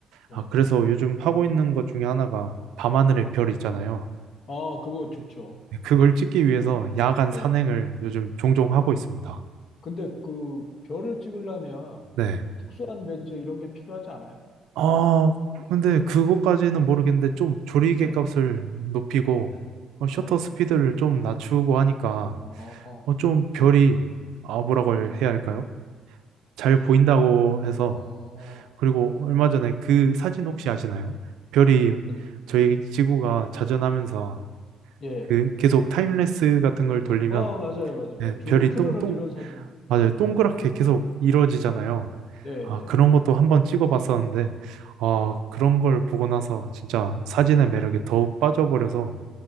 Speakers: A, on the left; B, on the right.
A: 예.
B: 아, 그래서 요즘 하고 있는 것 중에 하나가 밤하늘의
A: 음.
B: 별 있잖아요.
A: 아, 그거 좋죠.
B: 그걸 찍기 위해서 야간
A: 예.
B: 산행을 요즘 종종 하고 있습니다.
A: 근데 그 별을 찍으려면
B: 네.
A: 특수한 렌즈 이런 게 필요하지 않아요?
B: 아, 근데 그것까지는 모르겠는데 좀 조리개
A: 예,
B: 값을 높이고
A: 예,
B: 어, 셔터
A: 예.
B: 스피드를 좀 낮추고 하니까
A: 어,
B: 어, 좀 별이 아, 뭐라고
A: 어,
B: 해야 할까요? 잘 보인다고 해서
A: 어,
B: 그리고 얼마 전에 그 사진 혹시 아시나요? 별이
A: 어떤,
B: 저희 지구가 자전하면서
A: 예.
B: 그 계속 타임레스 같은 걸 돌리면
A: 어, 맞아요, 맞아요.
B: 네,
A: 예, 쭉
B: 별이 똥,
A: 흐르는
B: 똥,
A: 이런 사진 그런
B: 맞아요.
A: 거죠.
B: 동그랗게 계속 이루어지잖아요.
A: 예, 네,
B: 아,
A: 네,
B: 그런 것도 한번 찍어봤었는데, 아,
A: 예.
B: 그런 걸 보고 나서 진짜 사진의 매력에 더욱 빠져버려서,